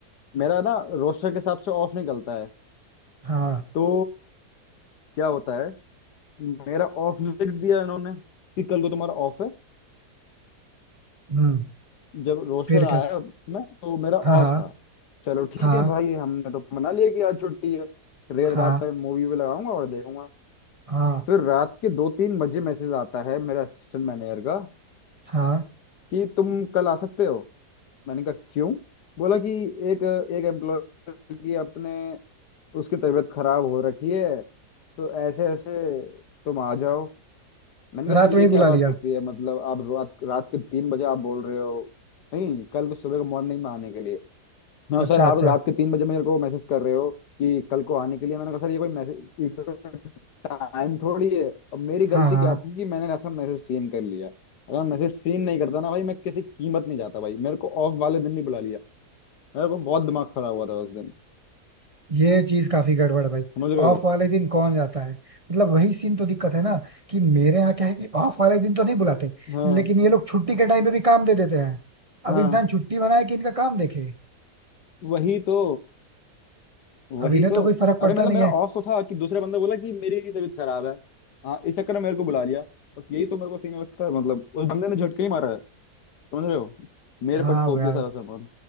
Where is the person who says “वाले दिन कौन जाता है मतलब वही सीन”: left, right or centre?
Right